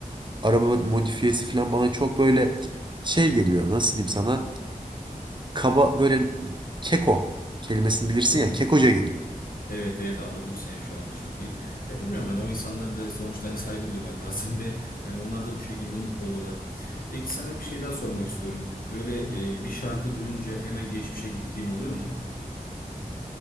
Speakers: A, on the right (about 30°); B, on the left (about 75°).
A: araba modifiyesi falan bana çok böyle şey geliyor. Nasıl diyeyim sana? Kaba böyle keko kelimesini bilirsin
B: <laughs>
A: ya. Kekoca geliyor.
B: Evet evet anladım seni şu anda çok iyi. Ya bilmiyorum hani o insanlara da sonuçta hani saygı duymak lazım <laughs> ve hani onlar da bu şekilde mutlu oluyorlar. Peki sana bir şey daha sormak istiyorum. Böyle e, bir şarkı duyunca hemen geçmişe gittiğin oluyor mu?